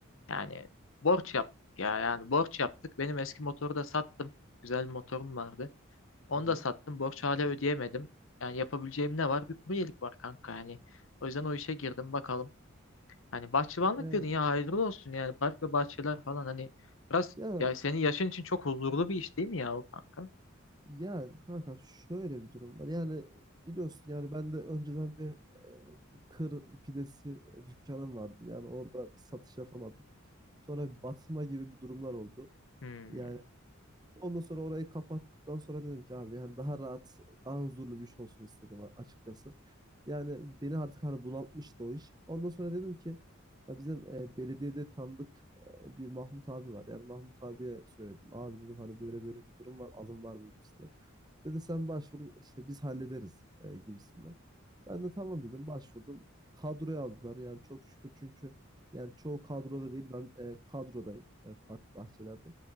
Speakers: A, on the left; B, on the right.
A: Yani borç yaptık ya yani borç yaptık. Benim eski motoru da sattım. Güzel bir motorum vardı. Onu
B: Hı hı.
A: da sattım. Borç hala ödeyemedim. Yani yapabileceğim ne var? Bir kuryelik var kanka yani. O yüzden o işe girdim bakalım. Hani bahçıvanlık
B: Yani
A: dedin ya hayırlı olsun yani park ve bahçeler falan hani biraz
B: ya
A: ya senin yaşın için çok huzurlu bir iş değil mi ya o kanka?
B: ya kanka şöyle bir durum var. Yani biliyorsun yani ben de önceden bir e, kır pidesi e, dükkanım vardı. Yani orada bir satış yapamadım. Sonra bir batma gibi bir durumlar oldu.
A: Hmm.
B: Yani Ondan sonra orayı kapattıktan sonra dedim ki abi yani daha rahat, daha huzurlu bir iş olsun istedim a- açıkçası. Yani beni artık hani bunaltmıştı o iş. Ondan sonra dedim ki ya bizim e, belediyede tanıdık e, bir Mahmut abi var. Yani Mahmut abiye söyledim. Abi dedim hani böyle böyle bir durum var, alım var mı gibisinden. Dedi sen başvur işte biz hallederiz e, gibisinden. Ben de tamam dedim başvurdum. Kadroya aldılar yani çok şükür çünkü yani çoğu kadroda değil ben e, kadrodayım e, park bahçelerde.